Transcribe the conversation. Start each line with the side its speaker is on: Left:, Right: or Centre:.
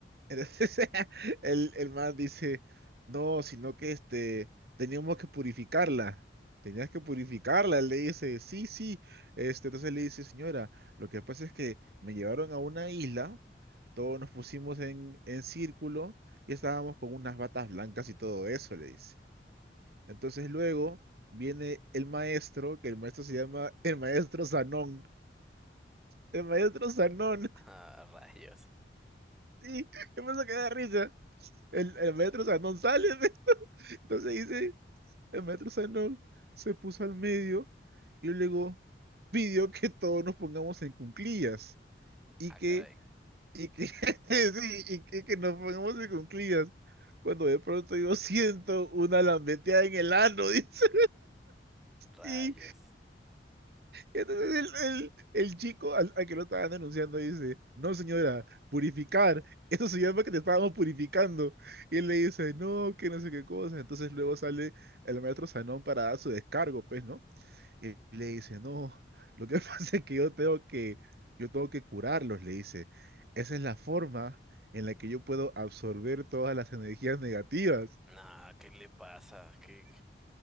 Right: Entonces <laughs> el, el man dice, no, sino que este, teníamos que purificarla. Tenías que purificarla. Él le dice, sí, sí. Este, entonces le dice, señora, lo que pasa es que me llevaron a una isla, todos nos pusimos en, en círculo y estábamos con unas batas blancas y todo eso, le dice. Entonces luego viene el maestro, que el maestro se llama <laughs> el maestro Sanón. El maestro Sanón,
Centre: <laughs> Ah, rayos.
Right: <laughs> sí, me pasa que da risa. El, el maestro Sanón sale. <laughs> Entonces dice, el maestro Sanol se puso al medio y luego pidió que todos nos pongamos en cuclillas y
Centre: Ah,
Right: que,
Centre: caray.
Right: y que, <laughs> sí, y que, que nos pongamos en cuclillas. Cuando de pronto yo siento una lambeteada en el ano, <laughs> dice,
Centre: Rayos.
Right: y Y entonces el, el- el chico al, al que lo estaban denunciando dice, no señora, purificar, <laughs> eso se llama que te estábamos purificando. Y él le dice, no, que no sé qué cosa. Entonces luego sale el maestro Sanón para dar su descargo, pues, ¿no? Y le dice, no, lo que <laughs> pasa es que yo tengo que, yo tengo que curarlos, le dice. Esa es la forma en la que yo puedo absorber todas las energías negativas.
Centre: Nah, ¿qué le pasa? ¿Qué? qué-